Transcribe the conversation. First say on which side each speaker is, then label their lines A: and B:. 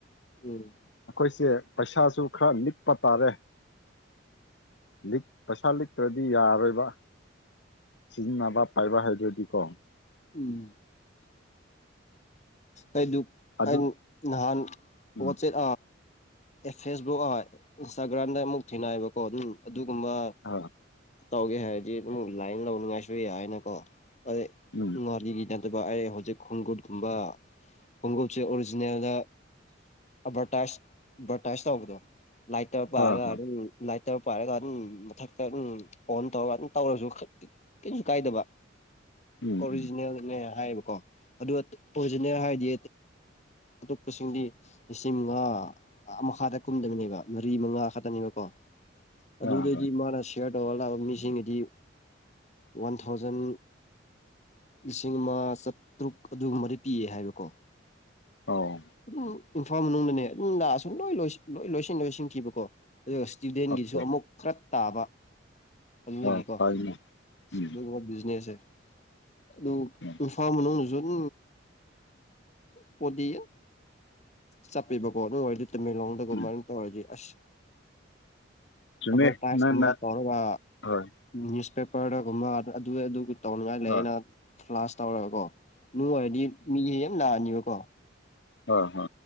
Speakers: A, on the left; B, on the left.
A: ꯎꯝ
B: ꯑꯩꯈꯣꯏꯁꯦ ꯄꯩꯁꯥꯁꯨ ꯈꯔ ꯂꯤꯛꯄ ꯇꯥꯔꯦ ꯂꯤꯛ ꯄꯩꯁꯥ ꯂꯤꯛꯇ꯭ꯔꯗꯤ ꯌꯥꯔꯣꯏꯕ ꯁꯤꯖꯤꯟꯅꯕ ꯄꯥꯏꯕ ꯍꯥꯏꯗꯨꯗꯤ ꯀꯣ
A: ꯎꯝ ꯑꯩꯗꯨ
B: ꯑꯗꯨ
A: ꯑ ꯅꯍꯥꯟ
B: ꯎꯝ
A: ꯋꯥꯆꯦꯠ ꯐꯦꯁꯕꯨꯛ ꯏꯟꯁꯇꯥꯒ꯭ꯔꯥꯝꯗ ꯑꯃꯨꯛ ꯊꯤꯅꯑꯌꯦꯕꯀꯣ ꯑꯗꯨꯝ ꯑꯗꯨꯒꯨꯝꯕ
B: ꯑ
A: ꯇꯧꯒꯦ ꯍꯥꯏꯔꯗꯤ ꯑꯗꯨꯝ ꯂꯥꯏꯟ ꯂꯧꯅꯤꯡꯉꯥꯏꯁꯨꯏ ꯍꯥꯏꯅꯀꯣ ꯑꯗꯩ
B: ꯎꯝ
A: ꯥꯔꯤꯒꯤ ꯅꯠꯇꯕ ꯑꯩ ꯍꯧꯖꯤꯛ ꯈꯣꯡꯎꯨꯠꯀꯨꯝꯕ ꯈꯣꯡꯎꯠꯁꯦ ꯑꯣꯔꯤꯖꯤꯅꯦꯜꯗ ꯑꯚꯔꯇꯥꯏ ꯑꯦꯠꯚꯔꯇꯥꯏꯁ ꯇꯧꯕꯗꯣ ꯂꯥꯏꯠꯇ ꯄꯥꯏꯔꯒ
B: ꯑ ꯍꯣꯏ
A: ꯑꯗꯨꯝ ꯇꯔ ꯄꯥꯏꯔꯒ ꯑꯗꯨꯝ ꯃꯊꯛꯇꯝ ꯑꯣꯟ ꯇꯧꯔꯒ ꯑꯗꯨꯝ ꯇꯧꯔꯁꯨ ꯀꯁꯨ ꯀꯥꯏꯗꯕ
B: ꯎꯝ
A: ꯑꯣꯔꯤꯖꯤꯅꯦꯜꯅꯦ
B: ꯎꯝ
A: ꯍꯥꯏꯌꯦꯕꯀꯣ ꯑꯗꯨ ꯑꯣꯔꯤꯖꯤꯅꯦꯜ ꯍꯥꯏꯗꯤ ꯑꯇꯣꯞꯄꯁꯤꯡꯗꯤ ꯂꯤꯁꯤꯡ ꯃꯉꯥ ꯃꯈꯥꯗ ꯀꯨꯝꯗꯕꯅꯦꯕ ꯃꯔꯤ ꯃꯉꯥ ꯈꯛꯇꯅꯦꯕꯀꯣ ꯑꯕꯨꯗꯗꯤ
B: ꯑ ꯍꯣꯏ
A: ꯃꯥꯔ ꯁꯦꯔꯠ ꯇꯔ ꯂꯥꯕ ꯃꯤꯁꯤꯡꯒꯤꯗꯤ ꯋꯥꯟ ꯊꯥꯎꯖꯟ ꯂꯤꯁꯤꯡ ꯑꯃ ꯆꯥꯇ꯭ꯔꯨꯛ ꯑꯗꯨꯒꯨꯝꯕꯗꯤ ꯄꯤꯌꯦ ꯍꯥꯏꯕꯀꯣ
B: ꯑꯣ
A: ꯝ ꯏꯝꯐꯥꯜ ꯃꯅꯨꯡꯗꯅꯦ ꯑꯗꯨꯝ ꯂꯥꯛꯑꯁꯨꯝ ꯂꯣꯏ ꯂ ꯂꯣꯏꯁꯤꯟ ꯂꯣꯏꯁꯤꯟꯈꯤꯕꯀꯣ ꯑꯗꯨꯒ ꯏꯁꯇꯨꯗꯦꯟꯒꯤꯁꯨ
B: ꯑꯆꯥ
A: ꯑꯃꯨꯛ ꯈꯔ ꯇꯥꯕ ꯑꯗꯨꯗꯒꯤ
B: ꯑ
A: ꯀꯣ
B: ꯐꯩꯅꯦ ꯎꯝ
A: ꯑꯗꯨ ꯕꯤꯖꯤꯅꯦꯁꯦ ꯑꯗꯨ
B: ꯎꯝ
A: ꯏꯝꯐꯥ ꯃꯅꯨꯡꯖꯟ ꯄꯣꯗꯤ ꯆꯠꯄꯤꯕꯀꯣ ꯑꯗꯨ ꯑꯣꯏꯗꯤ ꯇꯃꯦꯂꯣꯡꯗꯒꯨꯝ
B: ꯎꯝ
A: ꯃꯅ ꯇꯧ ꯑꯣꯏꯗꯤ ꯑꯁ
B: ꯆꯨꯝꯃꯦ
A: ꯑꯦꯚꯔꯇꯥꯏꯁꯀꯨꯝꯕ
B: ꯅꯪꯅ
A: ꯇꯧꯔꯒ
B: ꯍꯣꯏ
A: ꯅ꯭ꯌꯨꯁꯄꯦꯄꯔꯗꯒꯨꯝꯕ ꯇꯧꯅꯤꯡꯉꯥꯏ ꯂꯩꯌꯦꯦꯅ
B: ꯍꯣꯏ
A: ꯐ꯭ꯂꯥꯁ ꯇꯧꯔꯒꯀꯣ ꯅꯨꯡ ꯑꯣꯏꯔꯗꯤ ꯃꯤ ꯍꯦ ꯌꯥꯝ ꯅꯥꯅꯤꯕꯀꯣ
B: ꯍ ꯍ